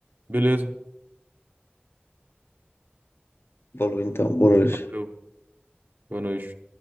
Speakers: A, on the right; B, on the left.
A: Beleza.
B: Falou, então, boa noite.
A: Valeu. Boa noite.